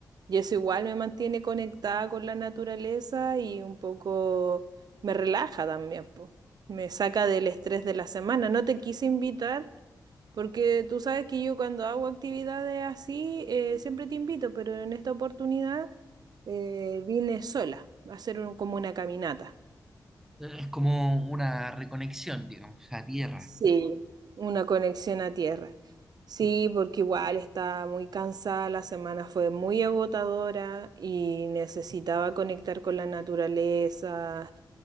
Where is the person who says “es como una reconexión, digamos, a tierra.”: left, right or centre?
Centre